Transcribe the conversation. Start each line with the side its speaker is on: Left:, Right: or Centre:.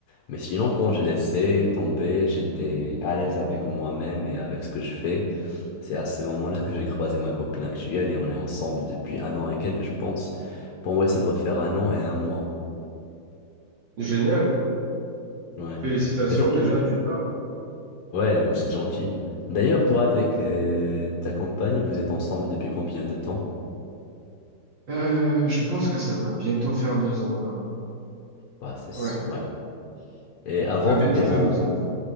Left: Mais sinon, quand j'ai laissé tomber, j'étais à l'aise avec moi-même et avec ce que je fais. C'est à ce moment-là que j'ai croisé ma copine actuelle et on est ensemble depuis un an et quelques, je pense. Bon, ouais, ça doit faire un an et un mois.
Right: Génial.
Left: Ouais.
Right: Félicitations
Left: Et toi,
Right: déjà
Left: tu-
Right: d'une part.
Left: ouais, c'est gentil. D'ailleurs, toi, avec euh, ta compagne, vous êtes ensemble depuis combien de temps?
Right: Euh, je pense que ça va bientôt faire deux ans là.
Left: Bah, c'est, sûr,
Right: Ouais,
Left: ouais. Et avant,
Right: ça va
Left: t'étais
Right: bientôt faire
Left: en...
Right: deux ans.